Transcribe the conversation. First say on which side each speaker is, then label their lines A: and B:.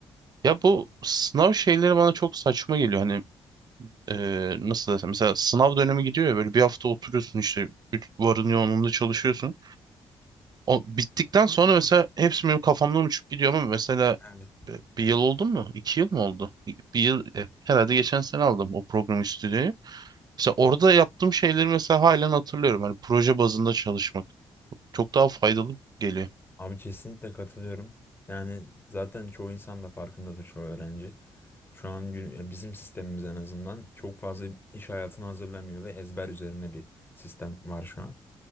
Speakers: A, on the right; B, on the left.
A: Ya bu sınav şeyleri bana çok saçma geliyor. hani. e, nasıl desem mesela sınav dönemi gidiyor ya böyle bir hafta oturuyorsun işte güç- varın yoğunluğunda çalışıyorsun. O bittikten sonra mesela hepsi benim kafamdan uçup gidiyor ama mesela
B: Evet.
A: e, bir yıl oldu mu? İki yıl mı oldu? İ- Bir yıl e, herhalde geçen sene aldım o program stüdyoyu. Mesela orada yaptığım şeyleri mesela halen hatırlıyorum. Hani proje bazında çalışmak çok daha faydalı geliyor.
B: Abi kesinlikle katılıyorum. Yani zaten çoğu insan da farkındadır çoğu öğrenci. Şu an gün- ya bizim sistemimiz en azından çok fazla iş hayatını hazırlamıyor ve ezber üzerine bir sistem var şu an.